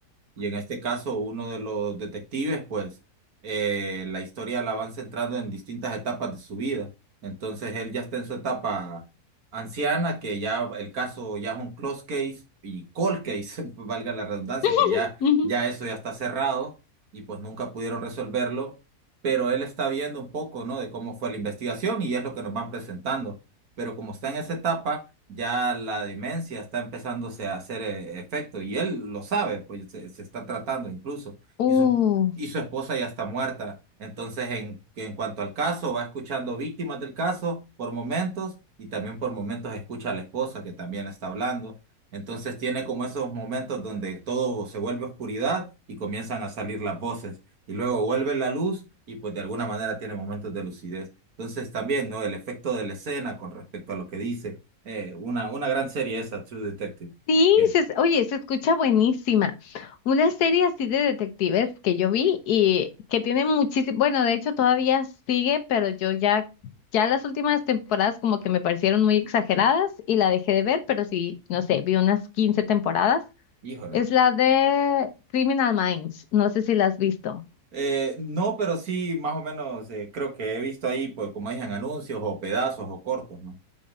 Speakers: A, on the right; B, on the left.
A: Y en este caso, uno de los detectives, pues, eh, la historia la van centrando en distintas etapas de su vida. Entonces, él ya está en su etapa anciana, que ya el caso ya es un close case y cold case, <laughs> valga la redundancia,
B: <laughs>
A: que ya,
B: Ujú.
A: ya eso ya está cerrado y pues nunca pudieron resolverlo. Pero él está viendo un poco, ¿no? De cómo fue la investigación y es lo que nos van presentando. Pero como está en esa etapa ya la demencia está empezándose a hacer eh, efecto y él lo sabe, pues se, se está tratando incluso
B: Uh,
A: y su, esp- y su esposa ya está muerta. Entonces, en, en cuanto al caso, va escuchando víctimas del caso por momentos y también por momentos escucha a la esposa que también está hablando. Entonces tiene como esos momentos donde todo se vuelve oscuridad y comienzan a salir las voces y luego vuelve la luz y pues de alguna manera tiene momentos de lucidez. Entonces también, ¿no? El efecto de la escena con respecto a lo que dice eh, una, una gran serie esa, True Detective.
B: sí,
A: Que,
B: se es- oye, se escucha buenísima. Una serie así de detectives que yo vi y que tiene muchísimo, bueno, de hecho todavía sigue, pero yo ya, ya las últimas temporadas como que me parecieron muy exageradas y la dejé de ver, pero sí, no sé, vi unas 15 temporadas.
A: híjole.
B: Es la de Criminal Minds, no sé si la has visto.
A: Eh, no, pero sí, más o menos eh, creo que he visto ahí, pues, como dicen, anuncios o pedazos o cortos, ¿no?